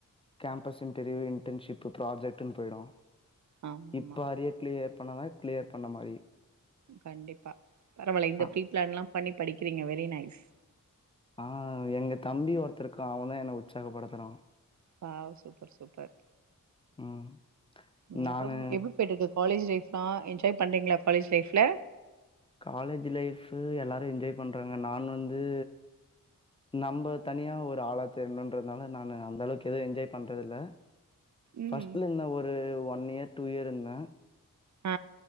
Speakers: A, on the left (about 15°); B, on the right (about 55°).
A: கேம்பஸ் இன்டர்வியூ இன்டன்ஷிப் ப்ராஜெக்ட்னு போய்டும்
B: ஆமா
A: இப்ப
B: ஆமா
A: அரியர் கிளியர் பண்ணாதா கிளியர் பண்ண மாரி
B: கண்டிப்பா பரவால்ல இந்த
A: அ
B: ப்ரீ பிளான் எல்லா பண்ணி படிக்றீங்க வெரி நைஸ்
A: ஆ எங்க தம்பி ஒருத்தர் இருக்கா அவ தா என்ன உற்சாகப்படுத்துறா
B: ஆ சூப்பர் சூப்பர்
A: ம்.
B: ம்
A: நானு
B: அப்றம் எப்டி போய்ட்டுருக்கு காலேஜ் லைஃப்லா என்ஜாய் பண்றீங்களா காலேஜ் லைப்ல
A: காலேஜ் லைஃப் எல்லாரு என்ஜாய் பண்றாங்க நான் வந்து நம்ப தனியா ஒரு ஆளா தேடனுன்றதுனால நானு அந்த அளவுக்கு எது என்ஜாய் பண்றது இல்ல
B: ம்
A: ஃபர்ஸ்ட்ல இருந்த ஒரு ஒன் இயர் டூ இயர் இருந்த
B: ஆ